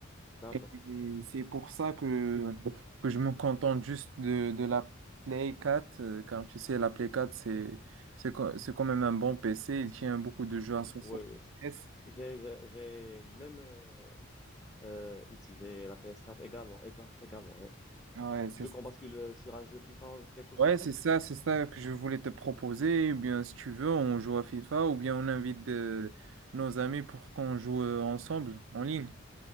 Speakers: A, on the left; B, on the right.
A: D'accord.
B: Et, et c'est pour ça que, que je me contente juste de, de la Play quatre euh, car tu sais, la Play 4 c'est c'est quand c'est quand même un bon PC, il tient beaucoup de jeux à son
A: Oui,
B: FPS.
A: oui. c'est- J'ai j'ai- j'ai le même euh, euh, outil. J'ai la PS4 également. exa- également oui.
B: Ouais, c'est
A: Tu veux
B: ça.
A: qu'on bascule euh, sur un jeu FIFA quelque chose
B: Ouais,
A: comme ça?
B: c'est ça, c'est ça que je voulais te proposer. Eh bien, si tu veux, on joue à FIFA ou bien on invite euh, nos amis pour qu'on joue euh, ensemble en ligne.